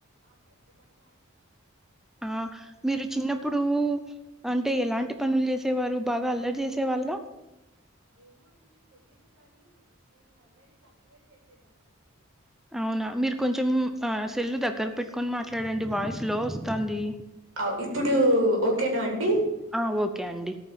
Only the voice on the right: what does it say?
ఆ ఖచ్చితంగా అండి
ఏమో అండి తెలీదు కానీ నేను అల్లరి తక్కువే చేసేదాన్ని అండి
అవ్ ఇప్పుడు ఓకేనా అండి